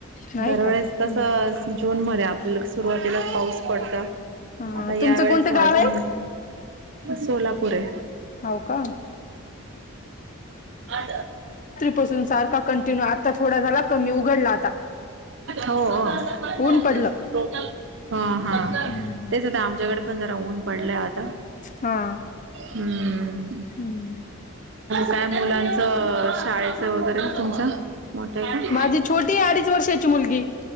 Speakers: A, on the left; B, on the right.
A: नाही
B: दरवेळेस
A: का हम्म
B: कसं जून मध्ये आपल् क सुरुवातीला पाऊस पडता.
A: हा
B: आता या
A: तुमचं
B: वेळेस
A: कोणतं गाव
B: अजून
A: आहे
B: सोलापूरय.
A: हो का
B: <inaudible>
A: पासून सारखा कंटिन्यू आता थोडा झाला कमी उघडला आता.
B: हो हो
A: ऊन पडलं
B: हां हां
A: हम्म
B: तेच आता आमच्या कडे पन जरा ऊन पडले आत् ता
A: हा
B: हम्म्.
A: हम्म
B: काय मुलांचं शाळेचं वगैरे तुमचं? मोठं आहे का?
A: माझी छोटीये अडीच वर्षाची मुलगी.